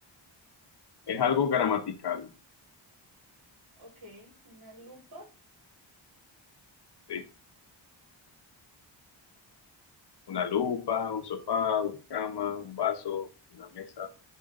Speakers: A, on the left; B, on the right.
A: Es algo
B: Mu-
A: gramatical.
B: ok, una lupa.
A: Sí. Una lupa, un sofá, una cama, un vaso, una mesa,